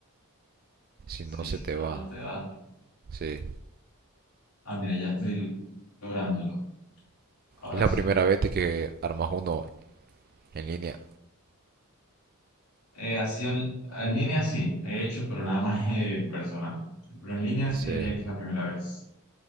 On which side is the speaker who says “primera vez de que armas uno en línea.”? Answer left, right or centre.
Right